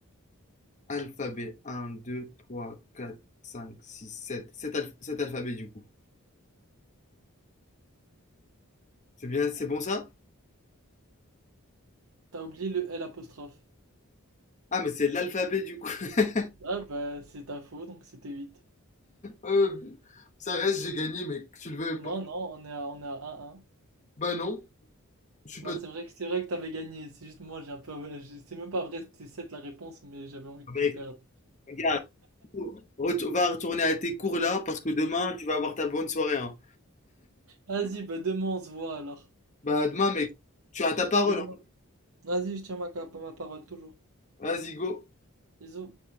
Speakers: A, on the left (about 35°); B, on the right (about 70°).
A: Alphabet 1, 2, 3, 4, 5, 6, Sept, 7 alphabets du coup. C'est bien, c'est bon ça?
B: T'as oublié le L apostrophe.
A: Ah, mais c'est l'alphabet du coup. <laughs>
B: Ah bah c'est ta faux, donc c'était 8.
A: Euh, ça reste, j'ai gagné, mais que tu le veux
B: Non,
A: pas.
B: non, on est à, on est à un un.
A: Bah non, je suis
B: Non,
A: pas.
B: c'est vrai que c'est vrai que t'avais gagné. C'est juste moi, j'ai un peu. j'ai- C'est même pas vrai, c'était 7 la réponse, mais j'avais envie que tu
A: Mais
B: perdes.
A: regarde, retour- va retourner à tes cours là parce que demain tu vas avoir ta bonne soirée. hein.
B: Vas-y, bah demain on se voit alors.
A: Bah demain, mec, Tu as ta parole.
B: Demain.
A: hein.
B: Vas-y, je tiens ma, ma parole toujours.
A: vas-y, go.
B: Bisous.